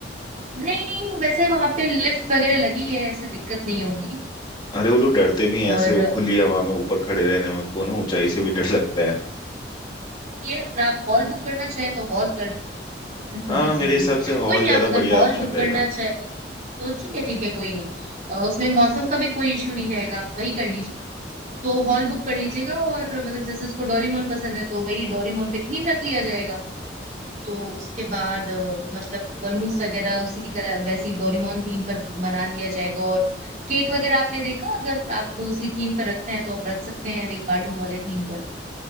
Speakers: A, on the right (about 40°); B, on the left (about 25°).
A: नहीं नहीं वैसे वहां पे लिफ्ट वगैरह लगी है ऐसे दिक्कत नहीं होगी
B: अरे वो लोग डरते भी हैं
A: और
B: ऐसे वो खुली हवा में ऊपर खड़े रहने में उनको ना ऊंचाई से भी डर लगता है
A: ये अगर आप हॉल बुक करना चाहे तो हॉल कर <laughs> जी
B: हाँ
A: जी
B: मेरे
A: जी
B: हिसाब से हॉल
A: कोई नहीं
B: ज्यादा
A: आप अगर
B: बढ़िया
A: हॉल
B: ऑप्शन
A: बुक
B: रहेगा
A: करना चाहे तो ठीक है ठीक है कोई नहीं अ, उसमें मौसम का भी कोई इश्यू नहीं रहेगा आप वही कर लीजिए तो हॉल बुक कर लीजिएगा और मतलब जैसे उसको डोरीमोन पसंद है तो वही डोरीमोन पे थीम रख लिया जाएगा तो उसके बाद अ, मतलब बलून्स वगैरह उसी कलर वैसी डोरेमोन थीम पर बना लिया जाएगा और केक वगैरह आपने देखा अगर आपको उसी थीम पर रखना है तो आप रख सकते हैं वही कार्टून वाले थीम पर